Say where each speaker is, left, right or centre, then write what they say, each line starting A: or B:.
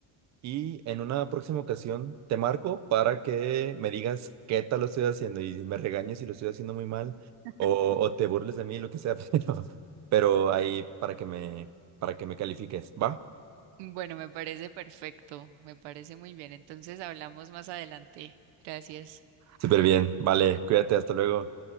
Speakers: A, on the right; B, on the right.
A: Y en una próxima ocasión te marco para que me digas qué tal lo estoy haciendo y me regañes si lo estoy haciendo muy mal
B: <laughs>
A: o, o te burles de mí, lo que sea, <laughs> pero, pero ahí para que me, para que me califiques. ¿Va?
B: Bueno, me parece perfecto, me parece muy bien. Entonces hablamos más adelante. Gracias.
A: Súper bien. Vale, cuídate, hasta luego.